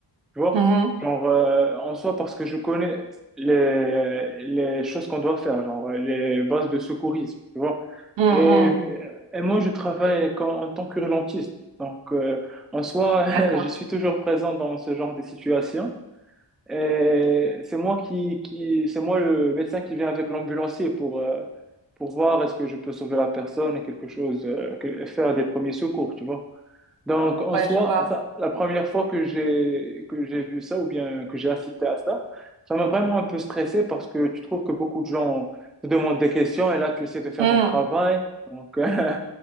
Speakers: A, in the centre; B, on the right.
A: Tu vois?
B: Mhm.
A: Genre, euh, en soi, parce que je connais les, les choses qu'on doit faire, genre euh, les bases de secourisme, tu vois?
B: Mm,
A: Et,
B: mm.
A: euh, et moi, je travaille comme- en tant qu'urgentiste. Donc, euh, en soi, <laughs>
B: D'accord.
A: je suis toujours présent dans ce genre de situation. Et c'est moi qui, qui, c'est moi le médecin qui vient avec l'ambulancier pour, euh, pour voir est-ce que je peux sauver la personne et quelque chose, euh, que- faire des premiers secours, tu vois? Donc, en
B: Ouais,
A: soi,
B: je vois.
A: ça, la première fois que j'ai que j'ai vu ça ou bien que j'ai assisté à ça, ça m'a vraiment un peu stressé parce que tu trouves que beaucoup de gens te demandent des questions et là, tu essaies de faire
B: Mm.
A: ton travail. Donc, <laughs> euh,